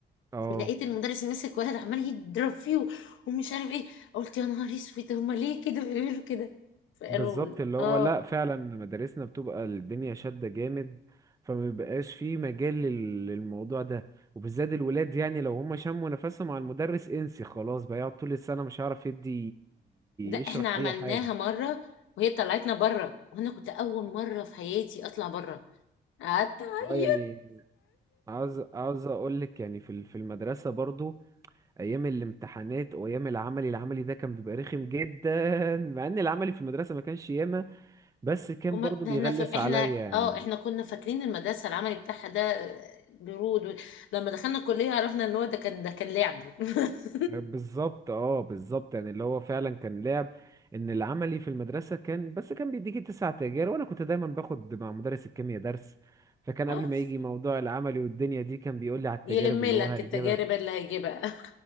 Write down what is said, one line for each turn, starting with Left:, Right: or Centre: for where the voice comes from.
Right: اه
Left: ولقيت المدرس ماسك ولد عمال يضرب فيه ومش عارف ايه قلت يا نهار اسود هما ليه كده بيعملوا كده فقالوا
Right: بالظبط اللي هو
Left: اه
Right: لا فعلا مدارسنا بتبقى الدنيا شاده جامد فما بيبقاش في مجال لل- للموضوع ده وبالذات الولاد يعني لو هم شموا نفسهم على المدرس انسي خلاص بقى يقعد طول السنه مش هيعرف يدي
Left: لا احنا
Right: يشرح
Left: عملناها
Right: اي حاجه
Left: مره وهي طلعتنا بره وانا كنت اول مره في حياتي اطلع بره قعدت اعيط
Right: اه يعني عاوز عاوز اقول لك يعني في ال- في المدرسه برضو ايام الامتحانات وايام العملي العملي ده كان بيبقى رخم جدا مع ان العملي في المدرسه ما كانش ياما بس كان
Left: وما
Right: برضو
Left: ده
Right: بيغلس
Left: احنا ف... احنا
Right: عليا يعني
Left: اه احنا كنا فاكرين المدرسه العملي بتاعها ده آه، برود و... لما دخلنا الكليه عرفنا ان هو ده كان ده كان لعب <laughs>
Right: بالظبط اه بالظبط يعني اللي هو فعلا كان لعب ان العملي في المدرسه كان بس كان بيديكي تسع تجارب وانا كنت دايما باخد مع مدرس الكيمياء درس فكان
Left: آه.
Right: قبل ما يجي موضوع العملي والدنيا دي كان بيقول لي على التجارب
Left: يلم
Right: اللي
Left: لك
Right: هو هيجيبها
Left: التجارب اللي هيجيبها